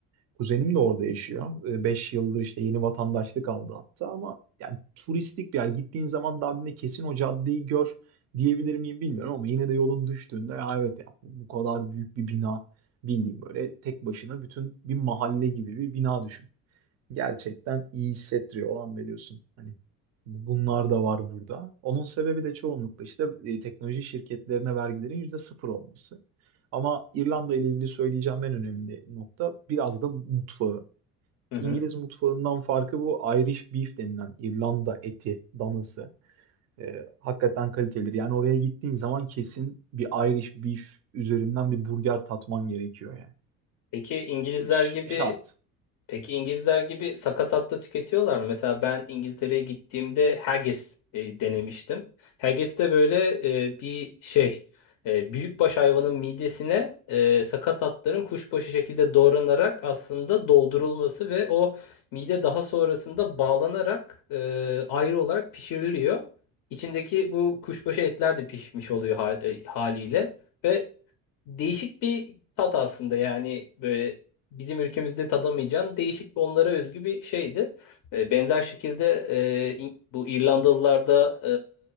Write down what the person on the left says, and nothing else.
Hı hı.
Peki İngilizler
gibi
Peki İngilizler gibi sakatat da tüketiyorlar mı? Mesela ben İngiltere'ye gittiğimde haggis e, denemiştim. Haggis de böyle e, bir şey e, büyükbaş hayvanın midesine e, sakatatların kuşbaşı şekilde doğranarak aslında doldurulması ve o mide daha sonrasında bağlanarak e, ayrı olarak pişiriliyor. İçindeki bu kuşbaşı etler de pişmiş oluyor hal- e, haliyle ve değişik bir tat aslında yani böyle bizim ülkemizde tadamayacağın değişik bir onlara özgü bir şeydi. E, Benzer şekilde e, İ- bu İrlandalılarda